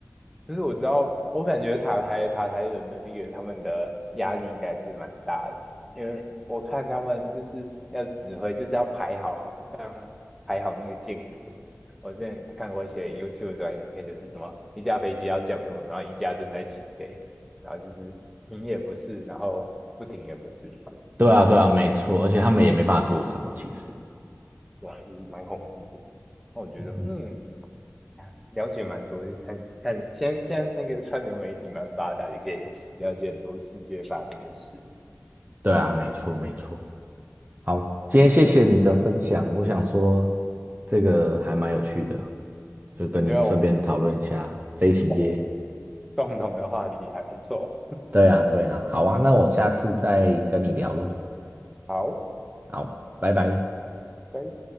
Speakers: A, in the centre; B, on the right (about 35°).
A: 就是我知道，我感觉塔台塔台人的那个他们的压力应该是蛮大的，因为我看他们就是要指挥，就是要排好，这样排好那个间隔。我之前看过一些 YouTube 短影片，就是什么一架飞机要降落，然后一架正在起飞，然后就是停也不是，然后不停也不是，
B: 对啊，
A: 就是
B: 对啊，没错，而且他们也没办法做什么，其实，
A: 对啊，就是蛮恐怖的。那我觉得，
B: 嗯，
A: 嗯，啊了解蛮多，就看看现在现在那个川流媒体蛮发达，你可以了解很多世界发生的事。
B: 对啊，
A: 嗯，
B: 没错，没错。好，今天谢谢你的分享，我想说这个还蛮有趣的，就跟你顺便讨论一下飞行业。
A: 我觉得我们这个共同的话题还不错。
B: 对啊，对啊，好啊，那我下次再跟你聊喽。
A: 好，
B: 好，拜拜。
A: 拜。